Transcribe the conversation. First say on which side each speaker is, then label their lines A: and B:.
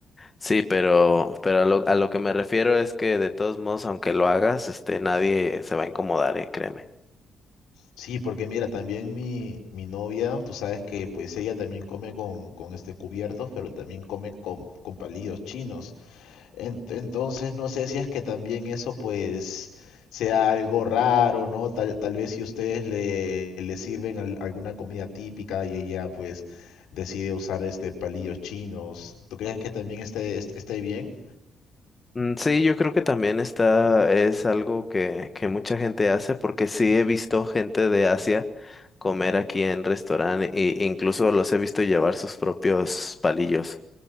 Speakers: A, on the left (about 30°); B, on the left (about 80°).
A: sí, pero, pero a lo, a lo que me refiero es que de todos modos, aunque lo hagas, este, nadie se va a incomodar, eh, créeme.
B: Sí, porque mira, también mi, mi novia, tú sabes que pues ella también come con, con este cubiertos, pero también come con, con palillos chinos. En- Entonces no sé si es que también eso pues sea algo raro, ¿no? Tal, tal vez si ustedes le, le sirven al- alguna comida típica y ella pues decide usar este palillos chinos, ¿tú crees que también esté, est- esté bien?
A: Mm, Sí, yo creo que también está, es algo que, que mucha gente hace porque sí he visto gente de Asia comer aquí en restaurante e incluso los he visto llevar sus propios palillos.